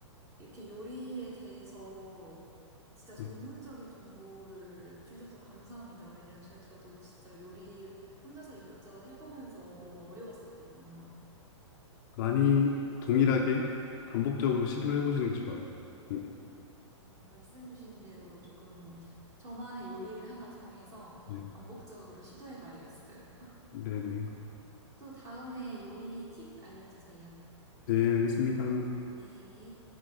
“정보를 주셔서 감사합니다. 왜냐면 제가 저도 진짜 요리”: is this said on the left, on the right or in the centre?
Right